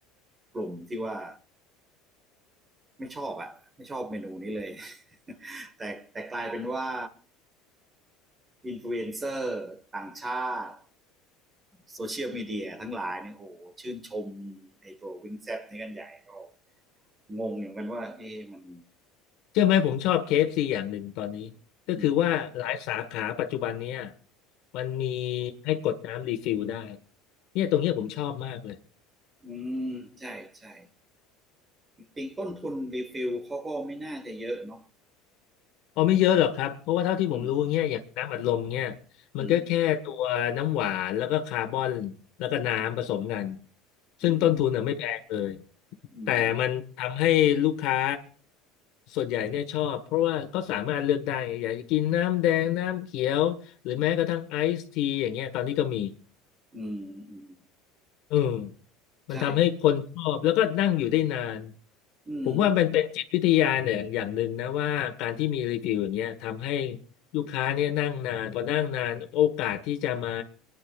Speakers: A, on the right; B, on the left.
A: กลุ่มที่ว่าไม่ชอบอะไม่ชอบเมนูนี้เลย <laughs> แต่แต่กลายเป็นว่าอินฟลูเอนเซอร์ต่างชาติโซเชียลมีเดียทั้งหลายเนี่ยโอ้โหชื่นชมในตัววิงแซบนี้กันใหญ่ก็ งงอยู่างกันว่าเอ๊ะมัน
B: เชื่อไหมผมชอบ KFC อฟซีอย่างหนึ่งตอนนี้ก็คือว่าหลายสาขาปัจจุบันเนี่ย
A: อืม
B: มันมีให้กดน้ำรีฟิลได้เนี่ยตรงเนี้ยผมชอบมากเลย
A: อืมใช่ใช่จริงๆต้นทุนรีฟิลเขาก็ไม่น่าจะเยอะเนาะ
B: เอาไม่เยอะหรอกครับ เพราะว่าเท่าที่ผมรู้เนี่ยอย่างน้ำอัดลมเนี่ย
A: อืมอืม
B: มันก็แค่ตัวน้ำหวานแล้วก็คาร์บอนแล้วก็น้ำผสมกันซึ่งต้นทุนอ่ะไม่แพงเลย
A: อืมอืม
B: แต่มันทำให้ลูกค้าส่วนใหญ่เนี่ยชอบเพราะว่าก็สามารถเลือกได้อยากจะกินน้ำแดงน้ำเขียวหรือแม้กระทั่งไอซ์ทีอย่างเงี้ยตอนนี้ก็มี
A: อืมอืม
B: อืมมันทำให้คนชอบแล้วก็นั่งอยู่ได้นาน
A: ใช่อืม
B: ผมว่าเป็นเป็นจิตวิทยาเนี่ยอย่างอย่างหนึ่งนะว่าการที่มีรีวิวอย่างเงี้ยทำให้ลูกค้าเนี่ยนั่งนานพอนั่งนานโอกาสที่จะมา